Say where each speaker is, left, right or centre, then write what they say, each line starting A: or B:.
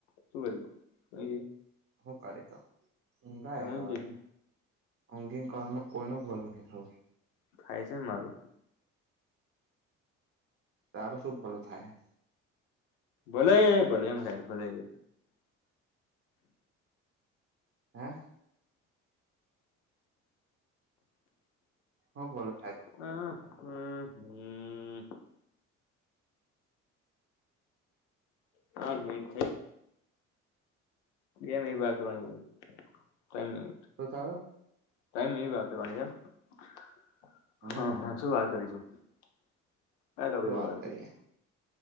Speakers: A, on the left; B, on the right.
A: શું કરીરી?
B: હું કી દ હું કાય હ
A: હુઈ
B: હવે.
A: જઈશ
B: <unintelligible> અંગીન કારણ કોનો બલ ન થાય.
A: થાય છે ને, મારું.
B: તારું શું ભલું થાય?
A: ભોલે ભોલે, એમ સાહે ભોલે.
B: હા. હ, બોલો.
A: હા હમ હમ. પાઠ મિ થઈ. એમ એ કરવા મિ. <unintelligible>
B: તો થ.
A: ટાઈમ મેરી વાત કરવાવાની ાર. <unintelligible>
B: હમ
A: હા હા શું વાર કરીશું વા.
B: શું વાત
A: <unintelligible>
B: કરીએ